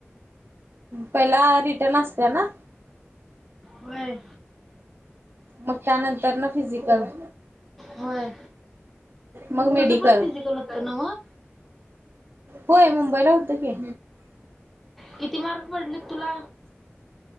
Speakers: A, on the right; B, in the centre.
A: पहिला रिटर्न असते ना?
B: होय.
A: मग त्यानंतरनं फिजिकल.
B: होय.
A: मग मेडिकल
B: तुझ पण फिजिकल होतं नव्हं?
A: होय मुंबईला होतं की.
B: किती मार्क पडलेत तुला